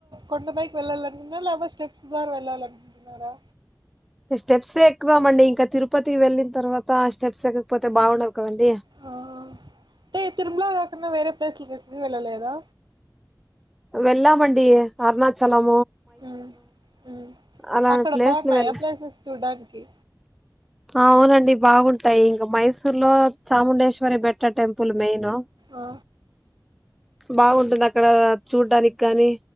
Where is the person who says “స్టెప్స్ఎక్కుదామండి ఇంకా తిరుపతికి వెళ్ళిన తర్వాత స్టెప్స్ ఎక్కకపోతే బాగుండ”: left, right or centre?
Centre